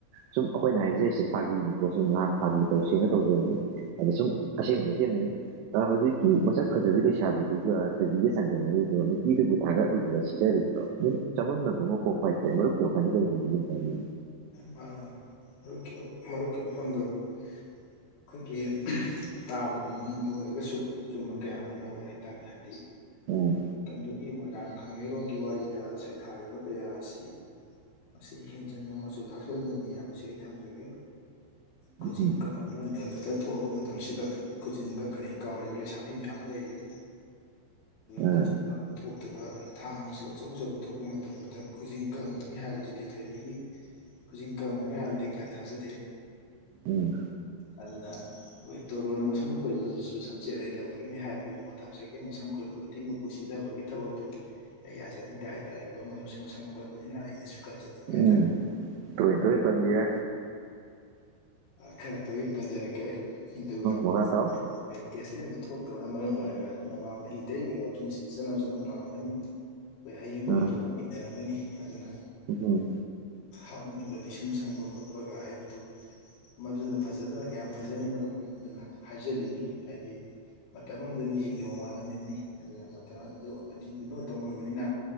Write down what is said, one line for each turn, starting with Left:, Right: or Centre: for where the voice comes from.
Right: ꯁꯨꯝ ꯑꯩꯈꯣꯏꯅ ꯍꯥꯏꯖꯔꯤꯁꯦ ꯐꯥꯒꯤꯅꯤꯀꯣ ꯁꯨꯝ ꯉꯍꯥꯛ ꯐꯥꯒꯤ ꯇꯧꯁꯦꯅ ꯇꯧꯖꯕꯅꯤ ꯑꯗ ꯁꯨꯝ ꯑꯁꯦꯡꯕꯗꯒꯤ ꯁꯦꯝꯕꯅꯤ ꯍꯧꯖꯤꯛꯤ ꯃꯁꯛ ꯐꯖꯕꯤ ꯂꯩꯁꯥꯕꯤꯗꯨꯒ ꯊꯣꯏꯕꯤꯒ ꯆꯥꯡꯗꯝꯅꯔꯤꯗꯣ ꯅꯨꯄꯤꯗꯨꯕꯨ ꯊꯥꯒꯠꯂꯤꯕ꯭ꯔꯥ ꯁꯤ ꯀꯔꯤꯣ ꯆꯃꯝꯅꯕ ꯑꯃ ꯄꯣꯛꯄ ꯍꯥꯏꯁꯦ ꯃꯔꯨꯞꯀꯤꯣꯥꯏꯅ ꯀꯔꯤ ꯂꯩꯒꯦꯇ ꯍꯥꯏꯕꯤꯅꯣ
Left: ꯃꯔꯨꯞ ꯃꯔꯨꯞꯀꯤ ꯃꯐꯝꯗꯣ ꯑꯩꯈꯣꯏꯒꯤ ꯇꯥꯕꯗ ꯅꯣꯛꯅꯤꯡꯕ ꯑꯣꯏꯔꯒꯁꯨ ꯆꯨꯝꯕ ꯀꯌꯥ ꯑꯃ ꯌꯥꯎꯔꯦ ꯍꯥꯏ ꯇꯥꯔꯦ ꯍꯥꯏꯗꯤ
Right: ꯎꯝ
Left: ꯃꯇꯝꯗꯨꯒꯤ ꯃꯣꯏꯔꯥꯡ ꯀꯪꯂꯩꯔꯣꯒꯤ ꯋꯥꯔꯤꯗ ꯁꯩꯊꯥꯔꯤꯕ ꯀꯌꯥ ꯑꯁꯤ ꯃꯁꯤ ꯍꯦꯟꯖꯤꯟꯅ ꯃꯆꯨ ꯊꯥꯛꯆꯜꯍꯟꯕꯅꯤ ꯍꯥꯏꯕꯁꯤ ꯑꯩ ꯊꯝꯖꯒꯦ ꯀꯁꯤ
Right: ꯎꯝ
Left: ꯏꯟꯀ ꯃꯕ ꯅ ꯀꯇꯔ ꯊꯣꯛꯑꯕ ꯃꯇꯝꯁꯤꯗ ꯈꯨꯖꯤꯟ ꯀꯛꯀꯅꯤꯩ ꯀꯥꯎꯔꯤꯕ ꯂꯩꯁꯥꯕꯤ ꯃꯌꯥꯝ ꯑꯃ ꯂꯩꯔꯤꯕꯅꯤ
Right: ꯎꯝ
Left: ꯈꯨꯆꯤꯟ ꯂꯥꯡꯕ ꯊꯣꯛꯇꯕ ꯊꯥꯡꯁꯨ ꯑꯆꯧ ꯑꯆꯧꯕ ꯊꯣꯛꯄ ꯃꯇꯝꯗꯨꯗ ꯈꯨꯖꯤꯡ ꯀꯪꯒꯅꯤ ꯍꯥꯏꯕꯗꯨꯗꯤ ꯊꯣꯏꯕꯤꯒꯤ ꯍꯧꯖꯤꯛ ꯀꯪꯒꯅꯤ ꯍꯥꯏꯕꯗꯨꯗꯤ ꯀꯌꯥ ꯊꯥꯖꯗꯦ
Right: ꯎꯝ
Left: ꯑꯗꯨꯅ ꯑꯩꯈꯣꯏ ꯇꯣꯔꯣꯟꯅ ꯃꯁꯝ ꯈꯣꯏꯕꯗꯁꯨ ꯁꯝꯆꯦꯠ ꯂꯩꯇꯕꯒꯤꯅꯤ ꯍꯥꯏꯕꯒꯤ ꯃꯣꯠ ꯊꯝꯖꯒꯦ ꯃꯁꯝ ꯈꯣꯏꯕ ꯈꯨꯗꯤꯡꯃꯛ ꯀꯁꯤꯊꯕꯒꯤ ꯊꯕꯛꯇꯨ ꯑꯩ ꯌꯥꯖꯅꯤꯡꯗꯦ ꯍꯥꯏꯇꯥꯔꯦꯀꯣ ꯃꯔꯨꯞꯁꯨ ꯃꯁꯝ ꯈꯣꯏꯕꯅꯤꯅ ꯑꯩꯅꯁꯨ ꯀꯟꯖꯅꯤꯡꯕ ꯍꯥꯏꯇꯥꯔꯦ
Right: ꯎꯝ ꯇꯨꯡꯣꯏ ꯇꯨꯏ ꯀꯖꯦ
Left: ꯈꯔ ꯇꯣꯏꯅ ꯄꯟꯖꯔꯛꯀꯦ ꯑꯗꯨꯒ
Right: ꯃꯈꯥ ꯇꯥꯎ
Left: ꯑꯩ ꯒ꯭ꯌꯥꯁꯂꯦꯟꯗꯨ ꯊꯣꯛꯇꯕꯅ ꯃꯔꯝ ꯑꯣꯏꯔꯒ ꯅꯕꯥ ꯃꯍꯤ ꯇꯩꯕꯒꯤ ꯋꯥꯐꯝꯁꯤ ꯆꯠꯅ ꯆꯅ ꯅꯥꯔꯝꯒꯅꯤ ꯑꯩꯈꯣꯏ ꯍꯌꯦꯡ ꯀꯣꯏ
Right: ꯎꯝ
Left: ꯀꯌꯥ ꯑꯃ ꯏꯟꯅꯔꯝꯒꯅꯤ ꯑꯗꯨꯅ
Right: ꯎꯝ
Left: ꯍꯥꯒ ꯄꯤꯁꯨꯝ ꯁꯪꯕ ꯈꯣꯠꯄꯒ ꯍꯥꯏꯕꯗꯨ ꯃꯗꯨꯅ ꯐꯖꯗꯅ ꯀꯌꯥꯝ ꯐꯖꯅꯤ ꯃꯔꯨꯞ ꯑꯗꯨꯅ ꯍꯥꯏꯖꯜꯂꯤꯃꯤ ꯍꯥꯏꯗꯤ ꯃꯇꯝ ꯑꯃꯗ ꯃꯤꯁꯤ ꯌꯦꯌꯣꯡꯉꯥꯜꯂꯝꯃꯤꯕꯅꯤ ꯑꯗꯨꯅ ꯃꯇꯝ ꯑꯗꯨꯗꯣ ꯑꯗꯨ ꯠꯄ ꯃꯇꯝ ꯑꯣꯏꯕꯅꯤꯅ